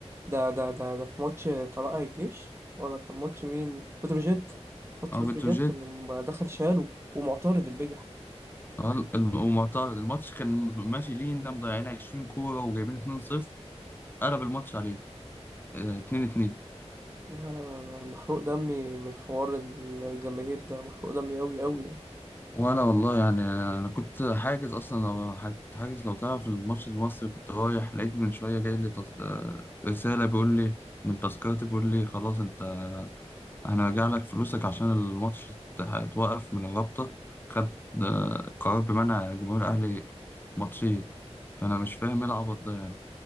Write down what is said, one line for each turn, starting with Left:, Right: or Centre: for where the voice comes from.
Right: ده ده ده ده في ماتش طلائع الجيش ولا كان ماتش مين بتروجيت ماتش
Left: او
Right: بتروجيت
Left: بتروجيت
Right: لما دخل شاله ومعترض البجح
Left: آه، الم- ومعترض الماتش كان ماشي لينا مضيعين 20 كورة وجايبين 2-0 قلب الماتش عليه 2-2
Right: لا لا لا لا، محروق دمي من حوار الجماهير ده محروق دمي أوي أوي يعني.
Left: وانا والله يعني انا كنت حاجز اصلا لو ح- كنت حاجز لو تعرف الماتش المصري كنت رايح لقيت من شويه جاي لي تص... آه، رساله بيقول لي من تذكرتي بيقول لي خلاص انت هنرجع لك فلوسك عشان الماتش ات- اتوقف من الرابطه خدت آه، قرار بمنع جمهور الاهلي ماتشين فانا مش فاهم ايه العبط ده